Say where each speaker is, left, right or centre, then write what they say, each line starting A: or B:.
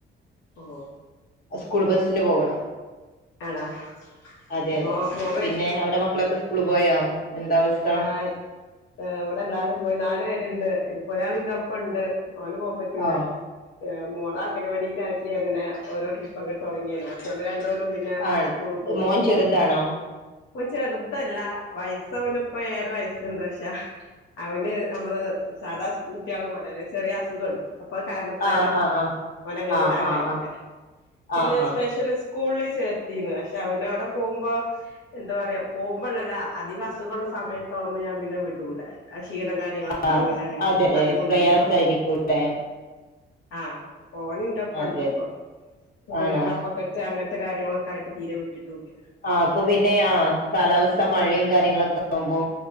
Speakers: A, on the left; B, on the left.
A: ഓഹ്
B: സ്കൂൾ ബസ്സിന് പോവണം
A: ആണോ
B: അതെ
A: അപ്പൊ
B: അതെ
A: മോൻ
B: പിന്നെ അവിടെ മക്കളൊക്കെ സ്കൂള് പോയാ എന്ത അവസ്ഥ?
A: ആഹ് ഇവിടെ എല്ലാരും പോയി നാല് പേര്ണ്ട് അതിപ്പോ ഒരാളിന്റെറ ഒപ്പംണ്ട് ഓന് പോവാൻ പറ്റൂല
B: ആഹ്
A: മോളെ അംഗൻവാടിലക്കി അങ്ങനെ ഓരോ ട്രിപ്പ് അങ്ങനെ തുടങ്ങിയല്ലോ <unintelligible> രണ്ടോരും പിന്നെ
B: ആണ്
A: സ്കൂള് പോയി
B: മോൻ ചെറുതാണോ
A: പ്പ ചെറുതല്ല വയസ അവന് ഇപ്പ ഏയര വയസ്സുണ്ട് പക്ഷാ അവന് നമ്മള് സാധാ സ്കൂട്ടിയളെ പോലെ ചെറിയ അസുഖണ്ട്. അപ്പൊ ആഹ് കാരണത്താലെ
B: ആഹ് ആഹ്
A: ഓനെ അങ്ങനെ
B: ആഹ്
A: വിടാൻ
B: ആഹ്
A: കയ്യുല
B: ആഹ് ആഹ്
A: പിന്നെ
B: ആഹ് ആഹ്
A: സ്പെഷ്യൽ സ്കൂളിൽ ചേർത്തിണ് പക്ഷെ അവന അവ്ടെ പോകുമ്പോ എന്താ പറയാ പോകുമ്പോഴല്ലാ അധിക അസുഖള്ള സമയത്ത ആവുമ്പോ ഞാൻ പിന്നെ വിടൂല ആഹ് ക്ഷീണം കാര്യങ്ങളൊക്കെ
B: ആഹ്
A: ആവുമ്പോ പിന്നെ അങ്ങനെ
B: അതെതെ
A: അധികം
B: പ്രയാസായിരിക്കുംല്ലേ
A: ലീവാവും. ആഹ് അപ്പോ ഓന് ഇന്റോപ്പണ്ട്പ്പ
B: അതെ അതെ
A: പിന്നെ
B: ആണോ
A: കഫ പെട്ട് അങ്ങനത്തെ കാര്യങ്ങളൊക്കെ ആയിട്ട് തീരെ വിട്ടിട്ടുല്ല
B: ആഹ് അപ്പൊ പിന്നെ അഹ് കാലാവസ്ഥ മഴയും കാര്യങ്ങളൊക്കെ ആവുമ്പോ